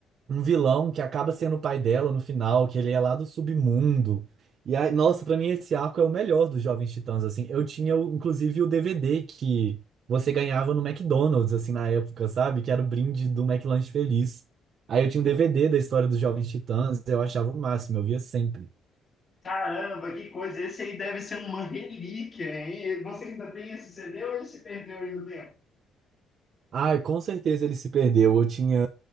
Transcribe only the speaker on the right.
um vilão que acaba sendo o pai dela no final, que ele é lá do submundo. E aí, nossa, pra mim esse arco é o melhor dos Jovens Titãs assim. Eu tinha o- inclusive o DVD que você ganhava no McDonald's assim na época, sabe? Que era o brinde do McLanche Feliz. Aí eu tinha um DVD da história dos Jovens Titãs, eu achava o máximo, eu via sempre.
Ai, com certeza ele se perdeu. Eu tinha,